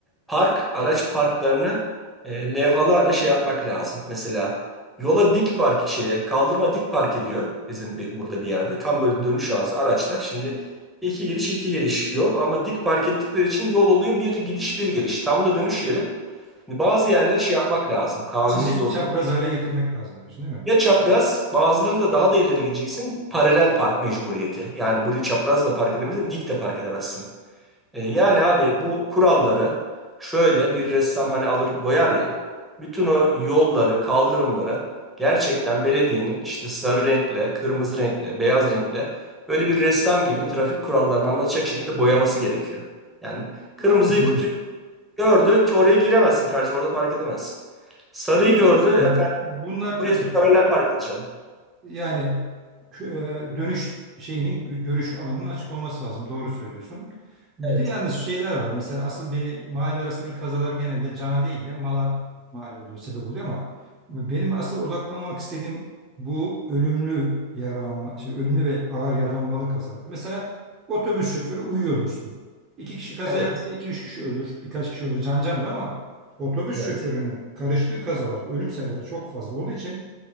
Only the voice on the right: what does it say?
Çizip
çapraz hale getirmek lazım diyorsun değil mi?
Haklısınız.
Bir
de dostum
bunlar
tabii
Yani kü- e, dönüş şeyinin gö- görüş alanının açık olması lazım. Doğru söylüyorsun. Bir
de yalnız şeyler var. Mesela asıl beni mahalle arasındaki kazalar genelde cana değil de mala mal oluyor, sebep oluyor ama benim asıl odaklanmak istediğim bu ölümlü yaralanma, şey, ölümlü ve ağır yaralanmalı kazalar. Mesela otobüs şoförü uyuyor dostum. İki kişi kaza
yapınca iki üç kişi ölür. Birkaç kişi olur can candır ama otobüs
şoförünün karıştığı kazalarda ölüm sayıları çok fazla olduğu için